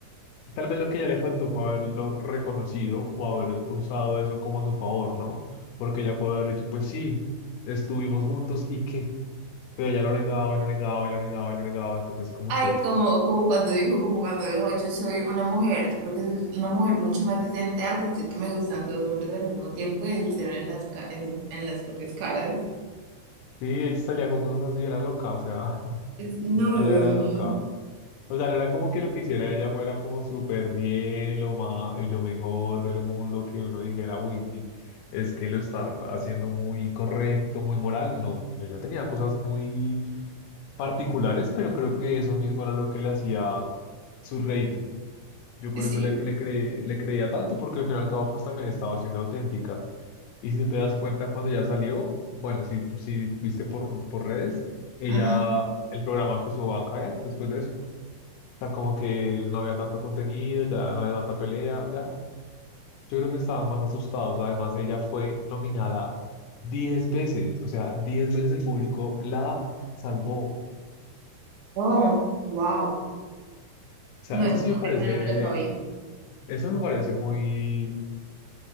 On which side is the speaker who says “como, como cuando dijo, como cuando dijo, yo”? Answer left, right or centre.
Right